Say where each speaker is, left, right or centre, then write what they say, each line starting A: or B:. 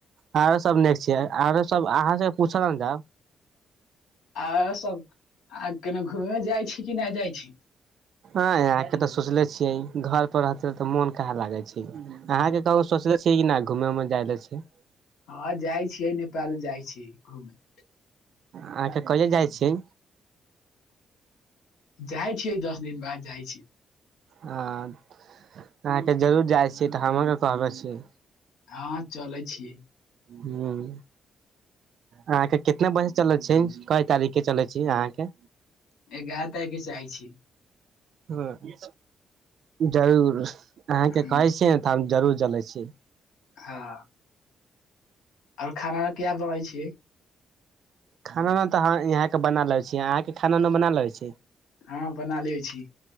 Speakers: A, on the right; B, on the left.
A: आरो सभ निक छियै आरो सभ अहाँ से पूछल जा
B: आरो सभ आ केना घूमय जाइ छी कि नय जाइ छी।
A: आ अहाँकेँ तऽ सोचले छियै घर पर रहत तऽ मोन काहा लागै छै। अहाँकेँ कहू सोचले छीयै कि न घूमे उमे जाय ले छै।
B: हँ, जाइ छीयै नेपाल जाइ छीयै घूमे।
A: अहाँकेँ कहिआ जाइ छी?
B: जाइ छीयै दस दिन बाद जाइ छी।
A: हँ, अहाँकेँ जरूर जाइ छीये त हमहूँ के कहबै छी।
B: हँ, चले छै।
A: ह्म अहाँकेँ कितना बजे चल छै, कई तारीखके चले छी अहाँकेँ।
B: एगारह तारीखके चाहे छै।
A: हँ, जरूर। अहाँकेँ
B: हँ
A: कहै छियै ने तऽ हम जरूर जलै छी।
B: हा। और खाना किया बनाै छियै?
A: खाना उना तऽ यहाँकेँ बना ले छी अहाँ। खाना उना बना लै छै।
B: हँ, बना लै छी।